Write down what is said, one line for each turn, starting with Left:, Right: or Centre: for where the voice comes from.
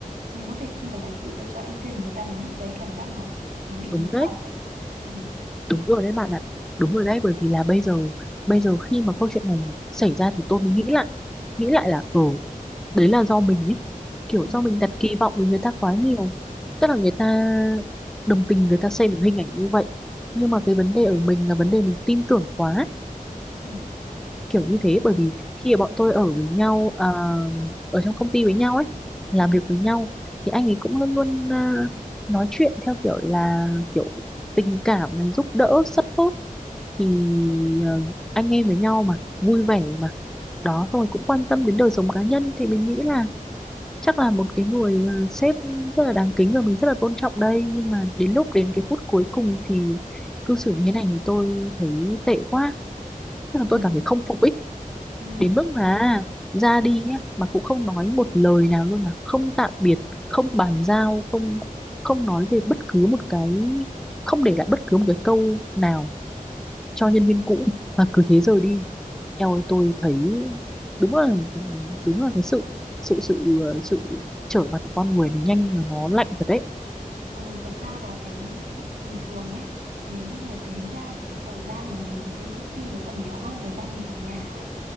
Right: mình có thể không phải là sự lựa chọn ưu tiên của người ta đến lúc đấy cảm giác nó nó bị
Centre: đúng
Right: hụt
Centre: đấy
Right: hẫng ấy ừ,
Centre: đúng rồi đấy bạn ạ đúng rồi đấy bởi vì là bây giờ bây giờ khi mà câu chuyện này xảy ra thì tôi mới nghĩ lại nghĩ lại là ừ đấy là do mình ý kiểu
Right: ừ,
Centre: do mình đặt kỳ vọng với người ta quá nhiều tức là người ta đồng tình người ta xem một hình ảnh như vậy nhưng mà cái
Right: ừ,
Centre: vấn đề ở mình là vấn đề mình tin tưởng quá
Right: ừ,
Centre: kiểu như thế bởi vì khi mà bọn tôi ở với nhau ờ, ở trong công ty với nhau ấy làm
Right: ừ,
Centre: việc với nhau thì anh ấy cũng luôn luôn ờ, nói chuyện theo kiểu là kiểu tình cảm mình giúp đỡ support thì ờ, anh em với nhau mà vui vẻ mà đó xong rồi cũng quan tâm đến đời sống cá nhân thì mình nghĩ là chắc là một cái người ờ, sếp rất là đáng kính và mình rất là tôn trọng đây nhưng mà đến lúc đến cái phút cuối cùng thì cư xử như thế này thì tôi thấy tệ quá tức
Right: ừ.
Centre: là tôi cảm thấy không phục ý
Right: ừ.
Centre: đến mức mà ra đi nhá mà cũng không nói một lời nào luôn mà không tạm biệt không bàn giao không không nói về bất cứ một cái không để lại bất cứ một cái câu nào cho
Right: Ừ.
Centre: nhân viên cũ mà cứ thế rời đi eo ơi tôi thấy đúng là đúng là cái sự sự sự ờ, sự trở mặt của con người nó nhanh mà nó lạnh thật đấy
Right: Ồ, thật ra là cái bình thường ấy, nếu như mà tính ra thì cái thời gian mà mình ở trên công ty nó còn nhiều hơn thời gian mình ở nhà ấy.